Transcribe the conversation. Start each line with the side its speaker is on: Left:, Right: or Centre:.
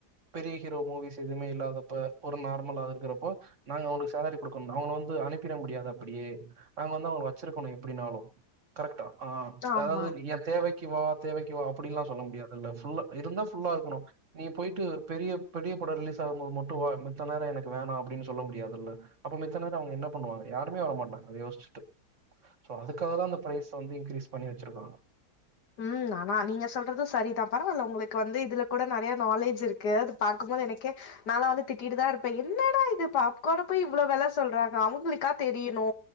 Right: பெரிய ஹீரோ மூவிஸ் எதுமே இல்லாதப்ப ஒரு நார்மலா இருக்குற அப்ப நாங்க அவ்ங்களுக்கு சேலரி குடுக்கணு அவங்கள வந்து அனிப்பிட முடியாது அப்பிடியே நாங்க வந்து அவ்ங்கள வெச்சிருக்கணு எப்பிடினாலு கரக்ட்டா ஆ
Left: ஆமா
Right: அதாவது ஏ தேவைக்கி வா தேவைக்கி வா அப்பிடில்லா சொல்ல முடியாதுல ஃபுல்லா இருந்தா ஃபுல்லா இருக்கணு நீ போய்ட்டு பெரிய பெரிய படோ ரிலீஸ் ஆகும்போது மட்டு வா மித்த நேரோ எனக்கு வேணா அப்பிடின்னு சொல்ல முடியாதுல அப்ப மித்த நேரோ அவங்க என்ன பண்ணுவாங்க யாருமே வரமாட்டாங்க அத யோச்சுட்டு சோ அதுக்காதா அந்த ப்ரைஸ் வந்து இ ன்க்ரீஸ் பண்ணி வெச்சிருபாங்க
Left: ம் ஆனா நீங்க சொல்றது சரிதா பரவால உங்களுக்கு வந்து இதுல கூடநெறையா நாலேஜ் இருக்கு அது பாக்கும்போது எனக்கே நாலா வந்து திட்டிட்டுதா இருப்ப என்னடா இது பாப்கார்ன போய் இவ்ளோ வெல சொல்றாங்க அவ்ங்களுக்கா தெரியணு